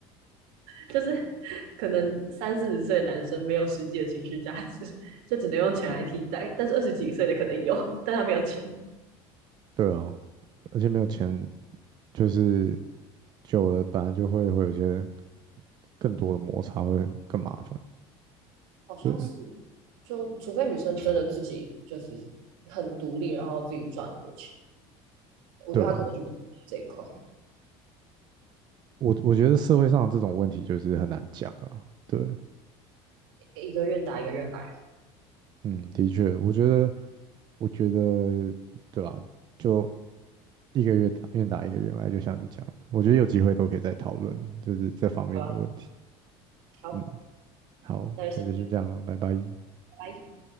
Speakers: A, on the right; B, on the right.
A: 就是 <laughs> 可能三四十岁的男生没有实际的情绪价值，就只能用钱来替代，但是二十几岁的可能有，但他没有钱，
B: 对啊，而且没有钱就是久了本来就会会有一些更多的摩擦，会更麻烦，
A: 好像是，
B: 对
A: 就除非女生真的自己就是很独立，然后自己赚很多钱，我觉得他可能就不这一块，
B: 对啊，我我觉得社会上这种问题就是很难讲啊，对，
A: 一个愿打一个愿挨，
B: 嗯，的确，我觉得我觉得对啊，就一个月打愿打一个月来，就像你讲的，我觉得有机会都可以再讨论，就是这方面的问题。
A: 好吧，好，
B: 嗯，好，
A: 那就先拜
B: 那就先这样了，拜拜。
A: 拜。